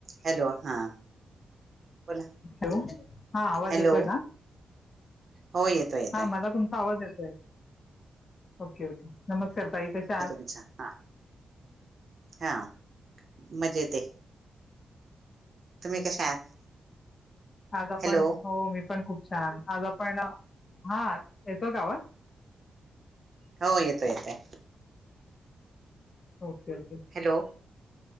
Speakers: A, on the right; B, on the left.
A: Hello, हा. बोला
B: hello, हा आवाज
A: हॅलो
B: येतोय का?
A: हो येतोय येतोय
B: हा मला तुमचा आवाज येतोय. Okay okay. नमस्कार ताई कशा आहात?
A: अच्छा हा. हां. मजेेतए. तुम्ही कशा आहात?
B: आज आपण.
A: हॅलो
B: हो मी पण खूप छान. आज आपण, हा येतोय का आवाज?
A: हो येतोय येतोय.
B: Okay okay.
A: हॅलो.